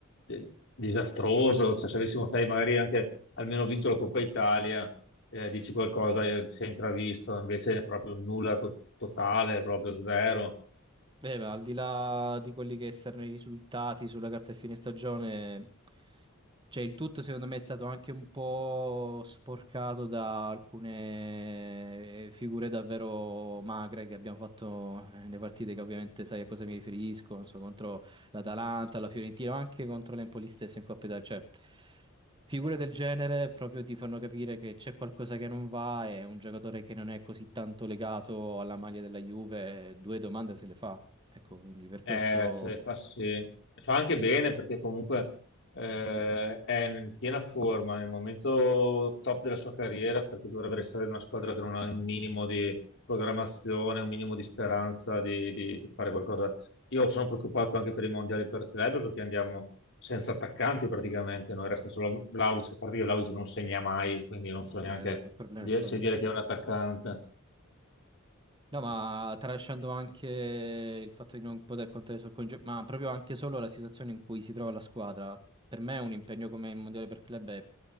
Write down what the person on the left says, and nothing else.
eh, disastroso, cioè se avessimo sai, magari anche almeno vinto la Coppa Italia, eh, dici qualcosa, eh, si è intravisto, invece è proprio nulla to- totale, proprio zero.
Eh,
cioè, fa, sì. Fa anche bene perché comunque eh, è in piena forma, è il momento top della sua carriera perché dovrebbe restare in una squadra
che non ha un minimo di programmazione, un minimo di speranza di, di- di fare qualcosa. Io sono preoccupato anche per i mondiali per club perché andiamo senza attaccanti praticamente, noi resta solo Vlahovic, che a parte che Vlahovic non segna mai, quindi non so neanche
dire-
se dire che è un attaccante.